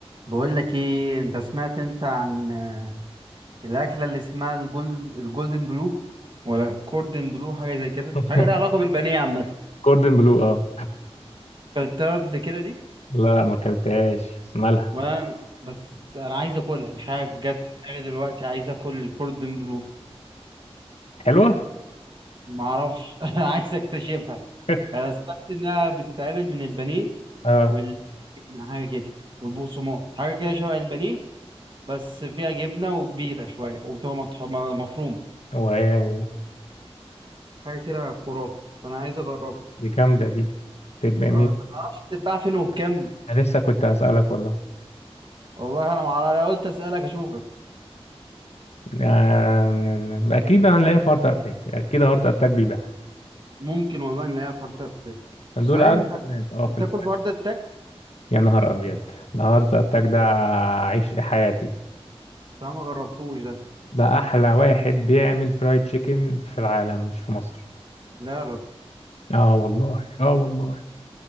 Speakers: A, on the right; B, on the left.
A: بقول لك ايه انت سمعت انت عن آه، الاكله اللي اسمها الجولدن الجولدن بلو ولا كوردن بلو حاجه زي كده
B: <laughs>
A: حاجه ليها علاقه بالبانيه عامه
B: كوردن بلو اه
A: اكلتها قبل كده دي
B: لا ما اكلتهاش بس مالها
A: وانا بس انا عايز اكلها مش عارف جت في دماغي دلوقتي عايز اكل الكوردن بلو
B: حلوه
A: ما اعرفش <laughs> عايز اكتشفها
B: <laughs>
A: انا سمعت انها بتتعمل من البانيه
B: اه
A: والجبنه حاجه كده والبقسماط حاجه كده شبه البانيه بس فيها جبنه وكبيره شويه وبتبقى مطح- مفرومه
B: واو
A: حاجه كده خرافه فانا عايز اجربها
B: دي جامده دي تبقى مين
A: اه انت ما تعرفش بتتباع فين وبكام
B: انا لسه كنت هسألك والله
A: والله انا ما اعرف انا قلت اسالك اشوفك
B: آم، اكيد هنلاقيها في هارت اتاك اكيد هارت اتاك بيبيعها
A: ممكن والله نلاقيها في ورده التك صحيح
B: دول اجمل
A: انت
B: ناس اه
A: بتاكل
B: في الفاشن
A: في ورده التك
B: يا نهار ابيض ده هارت اتاك ده عيش حياتي
A: صح ما جربتوش ده
B: ده احلى واحد بيعمل فرايد تشيكن في العالم مش في مصر
A: لا يا راجل
B: اه والله اه والله